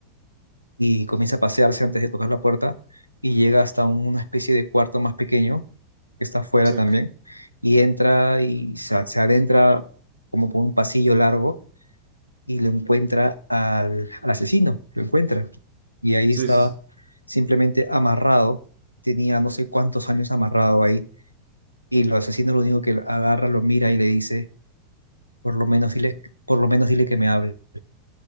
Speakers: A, on the left; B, on the right.
A: y comienza a pasearse antes de tocar la puerta, y llega hasta una especie de cuarto más pequeño, que está afuera
B: Sí.
A: también, y entra y se, se adentra como por un pasillo largo y lo encuentra al, al asesino, lo encuentra. Y ahí
B: Sí,
A: estaba
B: sí, sí.
A: simplemente amarrado, tenía no sé cuántos años amarrado ahí, y el asesino lo único que agarra, lo mira y le dice, por lo menos dile, por lo menos dile que me hable,